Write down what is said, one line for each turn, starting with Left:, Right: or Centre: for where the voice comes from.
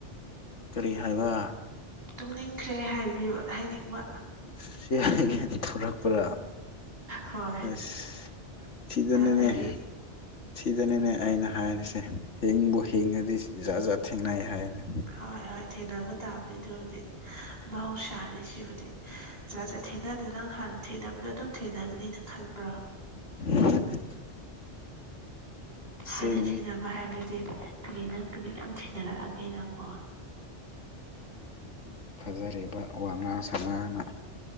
Left: ꯀꯔꯤ ꯍꯥꯏꯕ
Right: ꯇꯨꯝꯅꯤꯡꯈ꯭ꯔꯦ ꯍꯥꯏꯕꯤꯕꯥ ꯍꯥꯏꯅꯤꯡꯕ
Left: <unintelligible> ꯊꯣꯔꯛꯄ꯭ꯔꯥ
Right: ꯍꯣꯏ
Left: ꯑꯁ ꯁꯤꯗꯅꯤꯅꯦ
Right: ꯅ ꯅꯪꯒꯤ
Left: ꯁꯤꯗꯅꯤꯅꯦ ꯑꯩꯅ ꯍꯥꯏꯔꯤꯁꯦ ꯍꯤꯡꯕꯨ ꯍꯤꯡꯉꯗꯤ ꯖꯥꯠ ꯖꯥꯠ ꯊꯦꯡꯅꯩ ꯍꯥꯏꯅ
Right: ꯍꯣꯏ ꯍꯣꯏ ꯊꯦꯡꯅꯕ ꯇꯥꯕꯅꯦ ꯑꯗꯨꯕꯨꯗꯤ ꯃꯍꯧꯁꯥꯅꯤ ꯁꯤꯕꯨꯗꯤ ꯖꯥꯠ ꯖꯥꯠ ꯊꯦꯡꯅꯗꯅ ꯅꯪ ꯍꯥꯟꯅ ꯊꯦꯡꯅꯕꯗꯣ ꯑꯗꯨꯝ ꯊꯦꯡꯅꯒꯅꯤꯅ ꯈꯟꯕ꯭ꯔꯣ
Left: <unintelligible>
Right: ꯍꯥꯟꯅ
Left: ꯆꯤꯟ
Right: ꯊꯦꯡꯅꯕ ꯍꯥꯏꯕꯗꯤ ꯀꯔꯤ ꯅꯪ ꯀꯔꯤ ꯌꯥꯝ ꯊꯦꯡꯅꯔꯛꯑꯒꯦ ꯅꯪꯕꯨ
Left: ꯉꯥꯡꯕꯅ ꯐꯖꯔꯤꯕ ꯋꯥꯉꯥꯡ ꯁꯉꯥꯡꯅ